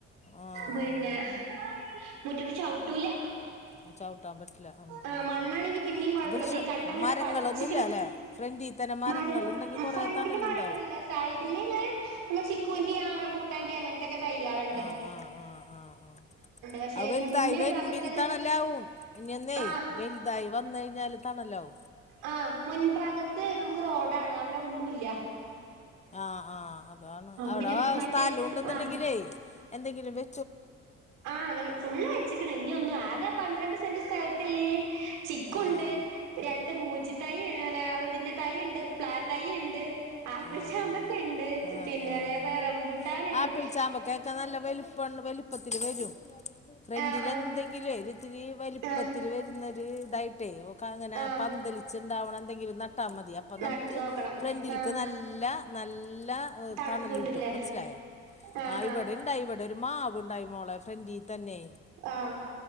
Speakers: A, on the left (about 20°); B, on the right (about 80°).
A: ആഹ്
B: പിന്നെ
A: ആഹ്
B: മുറ്റത്ത് ചൗട്ടൂല
A: ആ ചവിട്ടാൻ പറ്റില്ല ഉം,
B: ആഹ്
A: ഉം,
B: മണ്ണാണെങ്കി
A: ഉം.
B: പിന്നേം കൊഴപ്പല്ല
A: വൃക്ഷ
B: ഇതീ കട്ടങ്ങിട്ട്
A: മരങ്ങളൊന്നുമില്ല
B: പതച്ചിക്ക്ണ്
A: അല്ലേ ഫ്രണ്ടിൽ തന്നെ മരങ്ങളുണ്ടെങ്കിൽ
B: മര
A: കുറേ
B: ഫ്രണ്ടില്
A: തണലുണ്ടാവും
B: മരങ്ങളില്ല സൈഡിലിങ്ങനെ നമ്മളേ ചിക്കൂന്റിം ആഹ് റംബൂട്ടാന്റീം അങ്ങനത്തെക്കെ തയ്യാളിണ്ട്
A: ആഹ് ആഹ് ആഹ് ആഹ് ആഹ്
B: പക്ഷെ
A: ആത് വലുതായി
B: മുന്നേ
A: വരുമ്പനി
B: ഭാഗത്തേക്ക്
A: തണലാവും ഇനിന്നെ
B: ആഹ്
A: വലു തായി വന്ന കഴിഞ്ഞാല് തണലാവും
B: ആഹ് മുൻ ഭാഗത്ത് നമുക്ക് റോഡാണ് അവിടെ ഒന്നുംല്ല
A: ആഹ് ആ്ഹ്അതാണ് അവിടെ
B: പിന്നെ മറ്റേ
A: സ്ഥലം ഉണ്ടെന്നുണ്ടെങ്കിലേ
B: ആഹ്
A: എന്തെങ്കിലും വെ
B: ആഹ് അങ്ങനെ ഫുള്ള് വെച്ച്ക്ക്ണ് ഇനി ഒന്നും ആകെ പന്ത്രണ്ട് സെന്റ് സ്ഥലത്ത്ല്ലെല് ചിക്കുണ്ട്
A: ആഹ്
B: രണ്ട് മൂച്ചിത്തൈ അ ഇതിന്റെ തൈ ണ്ട് പ്ലാ തൈ ഉണ്ട് ആപ്പിൾ
A: ആഹ്
B: ചാമ്പ
A: ആഹ്
B: ണ്ട്
A: ആഹ്
B: പിന്നെ
A: ആഹ്
B: അതേപെ
A: ആഹ്
B: റംബൂട്ടാന്ണ്ട്
A: ആപ്പിൾ ചാമ്പക്കൊക്കെ നല്ല വലുപ്പ വലുപ്പത്തില് വരും ഫ്രന്റില്
B: ആഹ് ആഹ്
A: ന്തെങ്കിലുയ് ഒരു ത്തിരി വലിപ്പ
B: ആഹ്
A: രുന്ന ഒരു ഇതായിട്ടേയ് ഒക്കെ അങ്ങനാ
B: ആഹ്
A: പന്തലിച് ണ്ടാവന എന്തെങ്കിലും ന ട്ടാ മതി അപ്പ നമുക്ക്
B: നട്ട് നോക്കണം
A: ഫ്രണ്ടിൽക്ക്
B: ആഹ്
A: നല്ലാ നല്ലാ
B: തണുപ്പ്
A: തണല്ട്ടും
B: കിട്ടൂല്ലേ
A: മനസ്സിലായ,
B: ആഹ്
A: ആ
B: ആഹ്
A: ഇവടെ ഇണ്ടായി ഇവിടെ ഒരു മാവ് ണ്ടായി മോളെ ഫ്രണ്ടി തന്നെയ്
B: ആഹ്